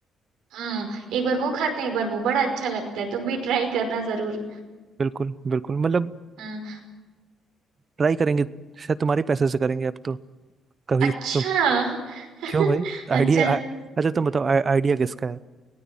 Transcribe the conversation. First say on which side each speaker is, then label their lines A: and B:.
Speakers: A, on the right (about 85°); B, on the right (about 40°).
A: हाँ एक बार वो खाते हैं एक बार वो बड़ा अच्छा लगता है तुम भी ट्राई करना जरूर
B: बिल्कुल बिल्कुल मतलब
A: हाँ
B: ट्राई करेंगे शायद तुम्हारे पैसे से करेंगे अब तो कभी
A: अच्छा
B: तो
A: <laughs>
B: क्यों भाई आइडिया
A: अच्छा
B: अच्छा तुम बताओ आ- आइडिया किसका है